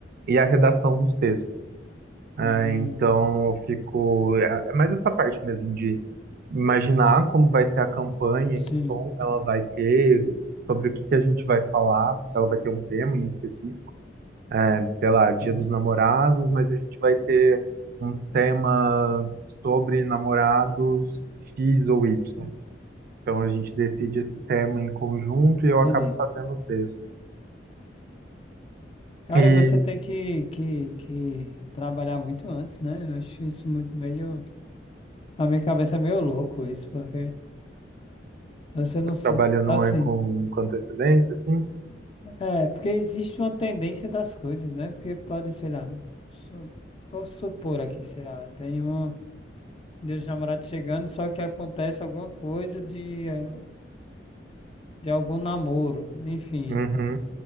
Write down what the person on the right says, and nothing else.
e a redação dos textos. Ah,
então, eu fico. É é mais essa parte mesmo de imaginar como vai ser a campanha,
que tom ela vai ter, sobre o que que a gente vai falar, se ela vai ter um tema em específico, né? sei lá, Dia
dos Namorados, mas a gente vai ter um tema sobre namorados X ou Y. Então, a gente decide esse tema em conjunto e eu
acabo fazendo o texto.
E
trabalho não
é com, com antecedência, assim?
Uhum.